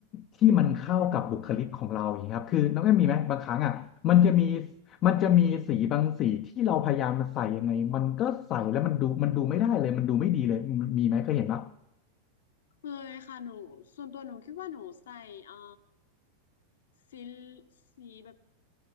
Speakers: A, on the left; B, on the left.
A: ที่มันเข้ากับบุคลิกของเราอย่างนี้ครับคือน้องแอมมีไหมบางครั้งอ่ะมันจะมีมันจะมีสีบางสีที่เราพยายามใส่ยังไงมันก็ใส่แล้วมันดูมันดูไม่ได้เลยมันดูไม่ดีเลยมีไหมเคยเห็นปะ
B: เคยค่ะหนูส่วนตัวหนูคิดว่าหนูใส่เอ่อสีสีแบบ